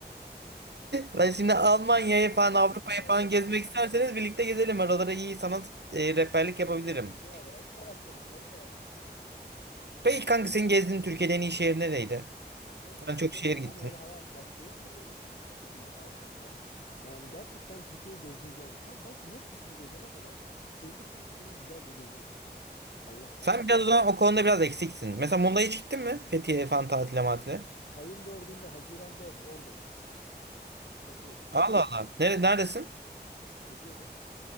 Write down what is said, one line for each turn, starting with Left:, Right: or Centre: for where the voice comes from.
Right: Ben şimdi Almanya'yı
Left: Şimdi
Right: falan
Left: bize
Right: Avrupa'yı
Left: sıkma burada.
Right: falan gezmek isterseniz birlikte gezelim. Oralara iyi sanat e, rehberlik yapabilirim.
Left: Ya bırakma ayakları bırakma ayakları.
Right: Peki kanka senin gezdiğin Türkiye'de en iyi şehir nereydi?
Left: Ya kanka öyle çok
Right: Sen çok
Left: gezemedim.
Right: şehir gittin.
Left: Ben öyle hayat ya şehir yok öyle şehir gitmedim ya kanka. Yani gerçekten Türkiye'yi gezdim diyemem. Kanka ben işte yurt dışını gezene kadar önce Türkiye'yi güzelce gezmek isterim yani. Allah var.
Right: Sen biraz o zaman o konuda biraz eksiksin. Mesela Muğla'ya hiç gittin mi? Fethiye falan tatile matile.
Left: Ayın dördünde, Haziran 4 oradayım. Fethiye'deyim.
Right: Allah Allah. Nere,
Left: Aynen.
Right: neredesin?
Left: Fethiye'de.